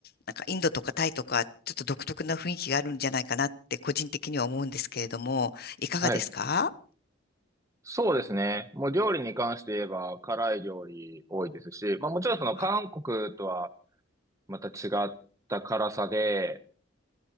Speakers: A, on the left (about 50°); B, on the right (about 15°).
A: なんかインドとかタイとか、ちょっと独特な雰囲気があるんじゃないかなって、個人的には思うんですけれども、いかがですか
B: はい。そうですね。もう料理に関して言えば辛い料理多いですし、まあもちろんその韓国とは
A: は
B: また違った辛さで、